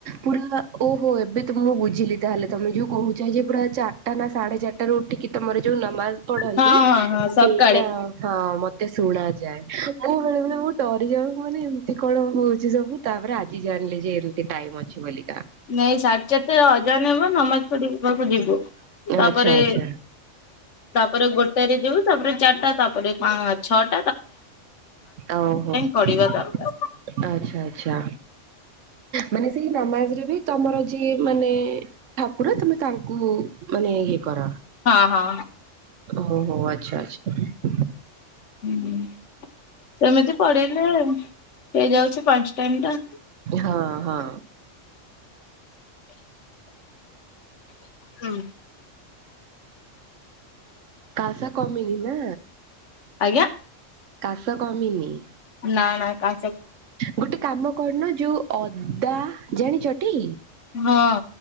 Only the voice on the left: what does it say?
ହଁ ହଁ ହଁ ସକାଳେ
ନାଇଁ ସାଢ଼େ ଚାରିଟା ଅଜା ନିବ ନମାଜ ପଢିବାକୁ ଯିବୁ।
ତାପରେ
ତାପରେ ଗୋଟେ ରେ ଜିବୁ ତାପରେ ଚାରିଟା ତାପରେ ପା ତାପରେ ଛ
ପଢିବା ଦରକାର
ହଁ ହଁ
ହୁଁ ସେମିତି ପଢିଲେ ହେଇଯାଉଛି ପାଞ୍ଚ ଟାଇମ୍ ଟା
ହୁଁ।
ଆଜ୍ଞା
ନା ନା କା
ହଁ